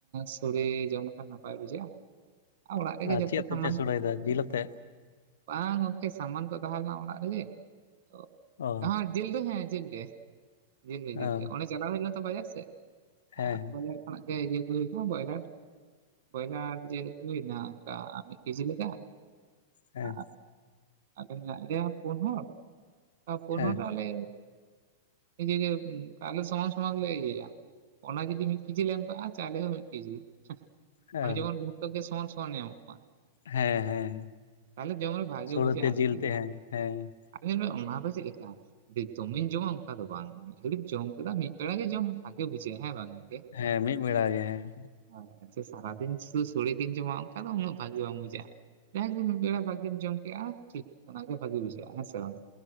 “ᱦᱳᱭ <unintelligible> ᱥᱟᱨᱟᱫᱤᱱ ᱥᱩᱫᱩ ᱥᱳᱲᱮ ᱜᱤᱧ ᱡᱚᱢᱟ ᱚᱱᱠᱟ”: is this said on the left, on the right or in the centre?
Right